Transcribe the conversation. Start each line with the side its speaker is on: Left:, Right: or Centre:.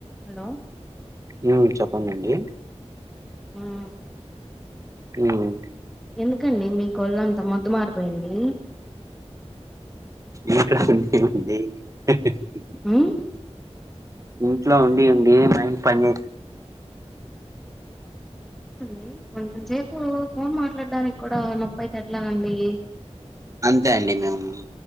Centre: Hello
Right: మ్ చెప్పండండి
Centre: మ్
Right: ఉమ్
Centre: ఎందుకండి మీకు వొళ్ళంతా మొద్దు మారిపోయింది
Right: ఏకాఖ ఉంది ఇహహ్
Centre: ఉమ్
Right: ఇంట్లో ఉండి ఉండి మైండ్ పని చెయట్ల
Centre: <inaudible> కొంచెంసేపు ఫో ఫోన్ మాట్లాడడానికి కూడా నొప్పి అయితే ఎట్లాగండి
Right: అంతే అండి మేము మ్మ్